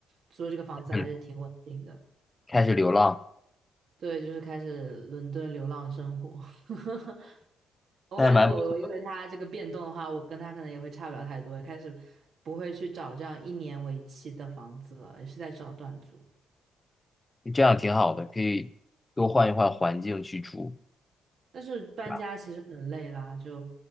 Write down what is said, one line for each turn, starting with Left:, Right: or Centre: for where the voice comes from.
Right: 租的这个房子还是挺稳定的。
Left: 嗯，开始流浪，
Right: 对，就是开始伦敦流浪生活。<laughs> 我感觉我我因为他这个变动的话，
Left: 那还蛮不错
Right: 我跟他可能也会差不了太多，开始不会去找这样一年为期的房子了，也是在找短租。
Left: 的，这样挺好的，可以多换一换环境去住，
Right: 但是搬家其实很累啦，
Left: 对吧？
Right: 就